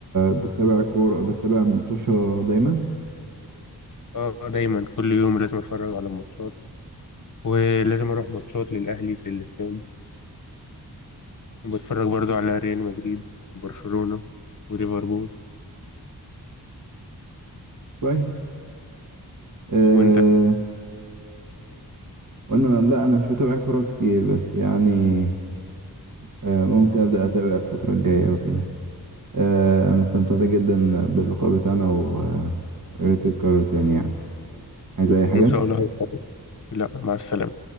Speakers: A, on the right; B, on the left.
A: بتتابع كورة بتتابع متوشة دايما
B: اه دايما كل يوم لازم أتفرج على الماتشات ولازم أروح ماتشات للأهلي في الاستاد وبتفرج برضو على ريال مدريد وبرشلونة وليفربول
A: كويس أه
B: وانت
A: وانا لا انا مش بتابع كورة كتير بس يعني آه، ممكن أبدأ أتابع الفترة الجاية وكده آه، أنا استمتعت جدا باللقاء بتاعنا ويا ريت يتكرر تاني يعني عايز أي حاجة
B: ان شاء الله هتفرج. لا مع السلامة